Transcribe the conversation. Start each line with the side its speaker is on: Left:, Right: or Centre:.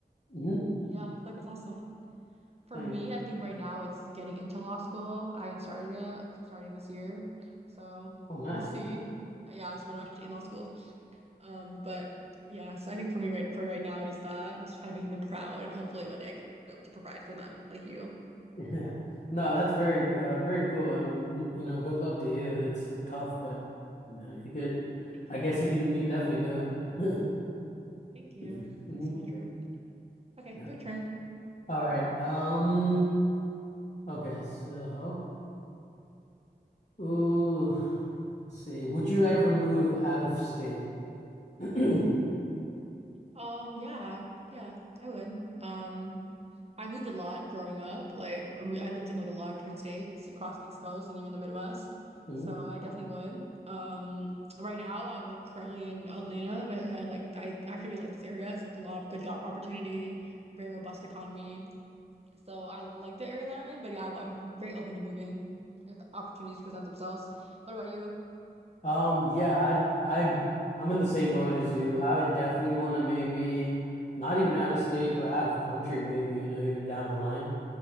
Left: hmm
Right: Yeah, I feel like that's awesome. For
Left: Thank
Right: me,
Left: you.
Right: I think right now it's getting into law school. I haven't started yet, starting this year. So
Left: Oh, nice.
Right: we'll see. Yeah, so when I'm actually in law school. Um, but yeah, so I think for me right for right now it is that and it's kind of making them proud and hopefully one day I can be able to provide for them like you.
Left: <laughs> No, that's very uh, very cool. Um, you know, good luck to you. It's tough, but you know, you could
Right: Thank
Left: I
Right: you.
Left: guess you can you can definitely do it.
Right: Thank you.
Left: <clears throat> <laughs> hmm
Right: Thanks so much for Okay,
Left: Yep.
Right: your turn.
Left: All right. Um, okay, so ooh, let's see. Would you ever move out of state? <clears throat>
Right: Um, yeah, yeah, I would. Um I moved a lot growing up. Like I mo- I lived in like a lot of different states across the East Coast and even the Midwest.
Left: Mhm.
Right: So I definitely would. Um, right now I'm like currently in Atlanta, but I like I actually really like this area. It's like a lot of good job opportunity, very robust economy. So I like the area that I'm in, but yeah, I, am very open to moving if the opportunities present themselves. What about you?
Left: Um, yeah, I I I'm in the same boat as you. I would definitely want to maybe not even out of state, but out of country maybe, you know, even down the line.